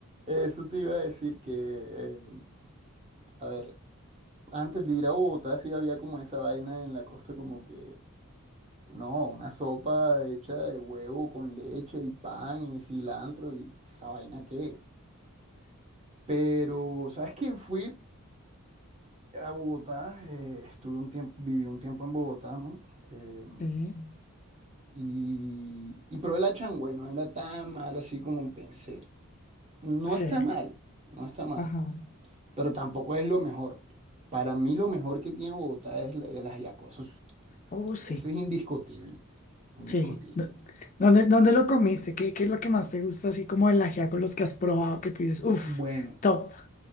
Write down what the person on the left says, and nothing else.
Sí,
Sí.
ajá.
Oh, sí,
sí. Do- ¿Dónde, dónde lo comiste? ¿Qué, qué es lo que más te gusta, así como el ajiaco, los que has probado, que tú dices, uff,
top.